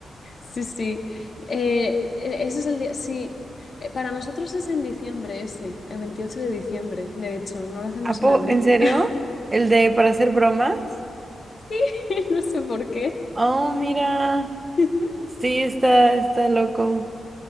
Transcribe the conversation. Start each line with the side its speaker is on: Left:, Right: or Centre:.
Left: sí, sí. Eh, e- ese es el día, sí. Eh, para nosotros es en diciembre ese, el 28 de diciembre, de hecho, no lo hacemos
Right: ¿A po-
Left: en abril.
Right: ¿En serio?
Left: <laughs>
Right: ¿El de para hacer bromas?
Left: Sí, no sé por qué.
Right: Oh, mira.
Left: <laughs>
Right: Sí, está, está loco.